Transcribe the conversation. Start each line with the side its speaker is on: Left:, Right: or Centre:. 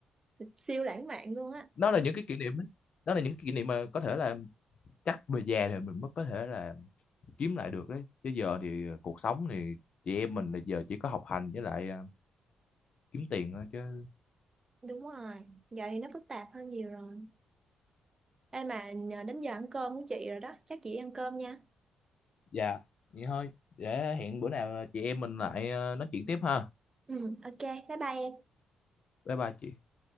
Right: Siêu lãng mạn luôn á.
Left: đó là những cái kỷ niệm đó. đó là những kỷ niệm mà có thể là chắc về già thì mình mới có thể là kiếm lại được đấy chứ giờ thì ờ, cuộc sống thì chị em mình là giờ chỉ có học hành với lại à, kiếm tiền thôi chứ
Right: Đúng rồi, giờ thì nó phức tạp hơn nhiều rồi. Ê mà nhờ đến giờ ăn cơm của chị rồi đó, chắc chị đi ăn cơm nha.
Left: dạ vậy thôi để hẹn bữa nào chị em mình lại à, nói chuyện tiếp ha
Right: Ừ, ok, bye bye em.
Left: bye bye chị